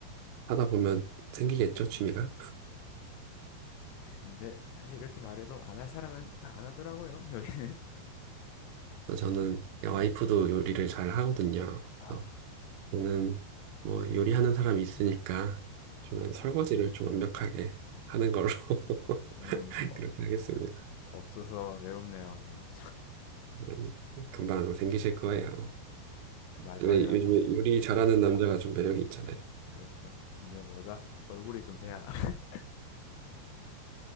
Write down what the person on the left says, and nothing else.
근데 사실 이렇게 말해도 안 할 사람은 다 안 하더라고요 요리는
<laughs> 아
저는 어,
없어서 외롭네요 저는
말만이라도
그렇죠. 근데 뭐다 얼굴이 좀 돼야. <laughs>